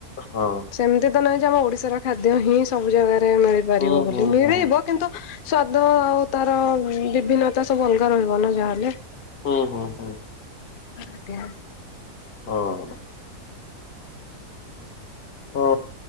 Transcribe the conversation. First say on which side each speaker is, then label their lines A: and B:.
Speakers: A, on the left; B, on the left.
A: ହଁ।
B: ସେମିତିତ ନାହିଁଯେ ଆମ ଓଡ଼ିଶାର ଖାଦ୍ୟ ହିଁ ସବୁ ଜାଗାରେ ମିଳିପାରିବ
A: ହୁଁ
B: ବୋଲି
A: ହୁଁ
B: ମିଳିବ
A: ହୁଁ।
B: କିନ୍ତୁ ସ୍ଵାଦ ଆଉ ତାର ବିଭିନ୍ନତା ସବୁ ଅଲଗା ରହିବନା ଯାହାହେଲେ
A: ହୁଁ ହୁଁ ହୁଁ।
B: ଆଜ୍ଞା।
A: ହୁଁ। ହଁ